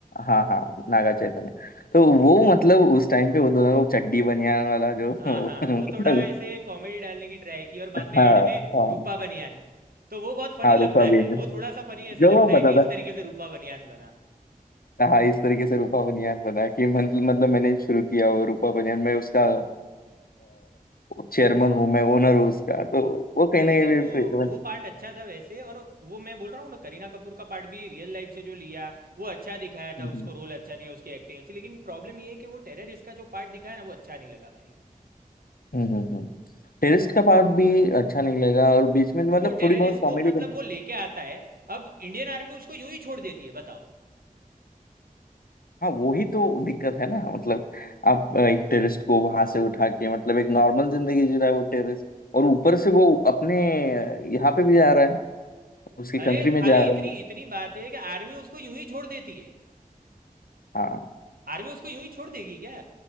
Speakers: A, on the left; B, on the right.
A: हाँ हाँ नागा चैतन्य तो वो मतलब उस टाइम पे वो दोनों को चड्डी बनियान वाला जो <laughs>
B: हाँ हाँ
A: मतलब
B: वो थोड़ा ऐसे कॉमेडी डालने की ट्राई की और बाद में
A: हाँ
B: एंड में
A: हाँ
B: रूपा बनियान तो वो बहुत फनी
A: हाँ
B: लगता
A: रूपा बनियान
B: है वो थोड़ा सा फनी ऐसे
A: जो
B: लगता
A: वो
B: है
A: पता
B: कि इस
A: था
B: तरीके से रूपा बनियान बना
A: हाँ इस तरीके से रूपा बनियान बना कि मतलब मतलब मैंने शुरू किया वो रूपा बनियान मैं उसका चेयरमैन हूँ मैं ओनर हूँ उसका
B: हाँ,
A: तो वो कहीं
B: नहीं
A: ना
B: लेकिन
A: कहीं भी
B: वो
A: free-
B: वो
A: मतलब
B: पार्ट अच्छा था वैसे और वो मैं बोल रहा हूँ ना करीना कपूर का पार्ट भी रियल लाइफ से जो लिया वो अच्छा दिखाया था
A: हम्म
B: उसको रोल अच्छा दिया उसकी एक्टिंग अच्छी लेकिन प्रॉब्लम ये है कि वो टेररिस्ट का जो पार्ट दिखाया ना वो अच्छा नहीं लगा भाई
A: हम्म हम्म टेररिस्ट का पार्ट भी अच्छा नहीं लगा और बीच में मतलब
B: वो टेररिस्ट
A: थोड़ी बहुत कॉमेडी
B: को मतलब वो लेके आता है अब इंडियन आर्मी उसको यूं ही छोड़ देती है बताओ
A: हाँ वो ही तो दिक्कत है ना मतलब आप अ, एक टेररिस्ट को वहां से उठा के मतलब एक नॉर्मल जिंदगी जी रहा है वो टेररिस्ट और ऊपर से वो अपने अ, यहाँ पे भी जा रहा है उसकी कंट्री
B: अरे
A: में
B: खाली
A: जा रहा
B: इतनी
A: है
B: इतनी बात है कि आर्मी उसको यूं ही छोड़ देती है
A: हाँ
B: आर्मी उसको यूं ही छोड़ देगी क्या